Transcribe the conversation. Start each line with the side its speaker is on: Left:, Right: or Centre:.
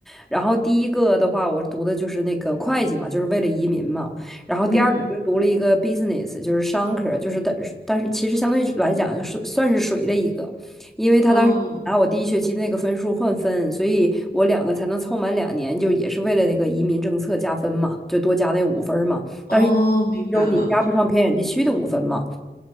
Centre: 然后第一个的话，我读的就是那个会计嘛，就是为了移民嘛。然后第二个我就读了一个
Left: 嗯
Centre: business，就是商科，就是但但是其实相对来讲是算是水了一个。因为他当时拿我第一学期那个分数换分，
Left: 嗯，
Centre: 所以我两个才能凑满两年，就也是为了那个移民政策加分嘛，就多加那五分儿嘛。
Left: 哦，
Centre: 但是
Left: 明白了，
Centre: 有你加不上偏远地区的五分嘛。